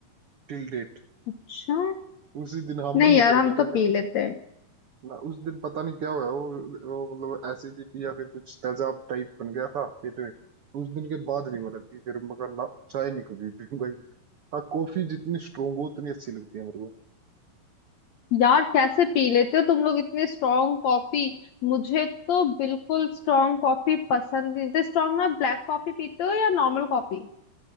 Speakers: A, on the right; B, on the left.
A: टिल डेट
B: अच्छा
A: उसी दिन हाँ
B: नहीं
A: मन
B: यार
A: उतर
B: हम
A: गया
B: तो
A: था
B: पी लेते हैं
A: मैं उस दिन पता नहीं क्या हुआ वो, वो मतलब एसिडिटी या फिर कुछ तेजाब टाइप बन गया था पेट में उस दिन के बाद नहीं मैंने पी फिर मैं कहा, ना चाय नहीं कभी पीऊंगा ये। हाँ कॉफी जितनी स्ट्रोंग हो उतनी अच्छी लगती है मेरे को
B: यार कैसे पी लेते हो तुम लोग इतनी स्ट्रांग कॉफी मुझे तो बिल्कुल स्ट्रांग कॉफी पसंद नहीं तो स्ट्रांग ना ब्लैक कॉफी पीते हो या नॉर्मल कॉफी